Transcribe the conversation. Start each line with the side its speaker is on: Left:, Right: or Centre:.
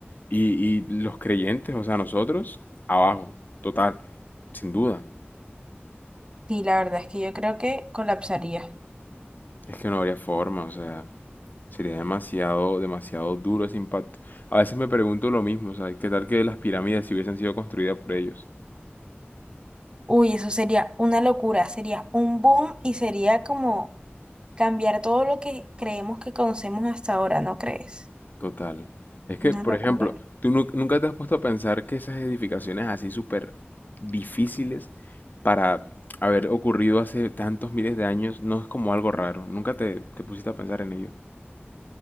Left: Y, y los creyentes, o sea, nosotros, abajo, total, sin duda.
Right: Sí, la verdad es que yo creo que colapsaría.
Left: Es que no habría forma, o sea, sería demasiado, demasiado duro ese impacto. A veces me pregunto lo mismo, o sea, ¿qué tal que las pirámides si hubiesen sido construidas por ellos?
Right: Uy, eso sería una locura, sería un boom y sería como cambiar todo lo que creemos que conocemos hasta ahora, ¿no crees?
Left: Total. Es que,
Right: Una
Left: por
Right: locura.
Left: ejemplo, tú nu- nunca te has puesto a pensar que esas edificaciones así súper difíciles para haber ocurrido hace tantos miles de años no es como algo raro. Nunca te, te pusiste a pensar en ello.